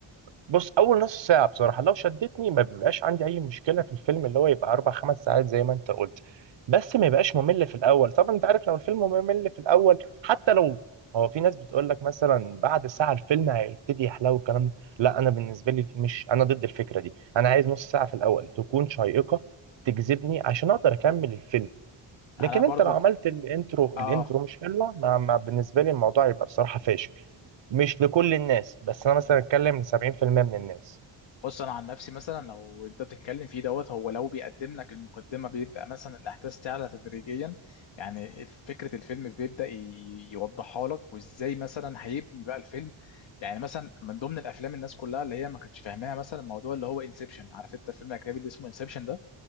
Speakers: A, on the right; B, on the left.
A: بص اول نص ساعه بصراحه لو شدتني ما بيبقاش عندي اي مشكله في الفيلم اللي هو يبقى اربع خمس ساعات زي ما انت قلت بس ما يبقاش ممل في الاول طبعا انت عارف لو الفيلم ممل في الاول حتى لو هو في ناس بتقول لك مثلا بعد ساعه الفيلم هيبتدي يحلو الكلام ده لا انا بالنسبه لي مش انا ضد الفكره دي انا عايز نص ساعه في الاول تكون شيقه تجذبني عشان اقدر اكمل الفيلم لكن
B: انا برضو
A: انت لو عملت الانترو
B: اه
A: الانترو مش حلوه ما ما- بالنسبه لي الموضوع يبقى بصراحه فاشل مش لكل الناس بس انا مثلا اتكلم ل 70% من الناس
B: بص انا عن نفسي مثلا لو انت بتتكلم فيه دوت هو لو بيقدم لك المقدمه بيبدا مثلا الاحداث تعلى تدريجيا يعني فكره الفيلم بيبدا ي- يوضحها لك وازاي مثلا هيبني بقى الفيلم يعني مثلا من ضمن الافلام الناس كلها اللي هي ما كانتش فاهماها مثلا الموضوع اللي هو انسبشن عارف انت الفيلم الاجنبي اللي اسمه انسبشن ده